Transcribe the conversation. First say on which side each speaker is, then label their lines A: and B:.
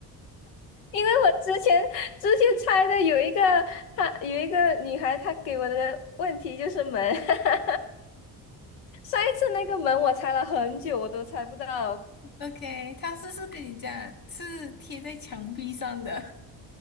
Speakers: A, on the left (about 85°); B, on the left (about 45°).
A: 因为我之前之前猜的有一个，她有一个女孩，她给我的问题就是门。<laughs> 上一次那个门我猜了很久，我都猜不到。
B: ？OK，它是不是跟你讲是贴在墙壁上的